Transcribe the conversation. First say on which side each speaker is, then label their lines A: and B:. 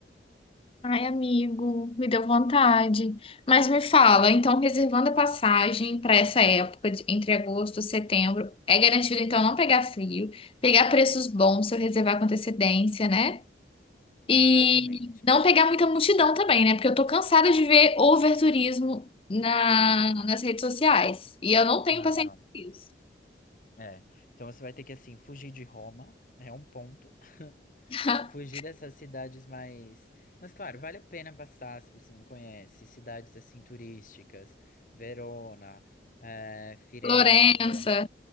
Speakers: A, on the left; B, on the left.
A: Ai, amigo, me deu vontade. Mas me fala, então reservando a passagem para essa época, de- entre agosto e setembro, é garantido então não pegar frio, pegar preços bons se eu reservar com antecedência, né? E
B: Exatamente.
A: não pegar muita multidão também, né? Porque eu tô cansada de ver overturismo na, nas redes sociais. E eu não tenho
B: Ah,
A: paciência
B: não.
A: com isso.
B: É. Então você vai ter que, assim, fugir de Roma, é um ponto. <laughs>
A: <laughs>
B: Fugir dessas cidades mais. Mas, claro, vale a pena passar se você não conhece. Cidades, assim, turísticas. Verona, eh, Firenze,
A: Florença.